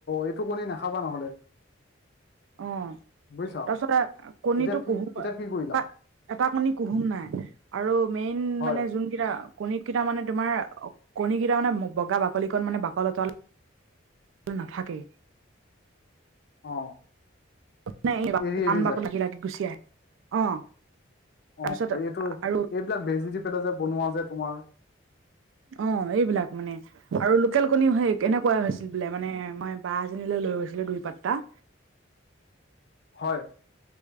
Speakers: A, on the left (about 50°); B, on the right (about 75°).
A: এইটো কণী নাখাবা নহলে
B: অ
A: বুজিছা
B: তাৰপিছতে কণীটো
A: এতিয়া কি
B: কুহু
A: এতিয়া
B: বা
A: কি কৰিলা
B: এটা কণী কুহুম নাই আৰু মেইন
A: হয়
B: মানে যোন কেইটা কণী কেইটা মানে তোমাৰ কণী কেইটা মানে বগা বাকলিখন মানে বাকল তল টো নাথাকেই।
A: অ
B: নাই
A: এৰি
B: টান
A: এৰি
B: বাকো
A: যায়
B: লাগি লাগি গুচি আহে অ তাৰপিছত
A: অ এইটো
B: আৰু
A: এইবিলাক বেজি দি পেলাই যে বনোৱা যে তোমাৰ
B: অ এইবিলাক মানে আৰু লোকেল কণীও সেই তেনেকোৱাই হৈছিল বোলে মানে মই বাঁ এজনীলৈ লৈ গৈছিলো দুই পাতটা।
A: হয়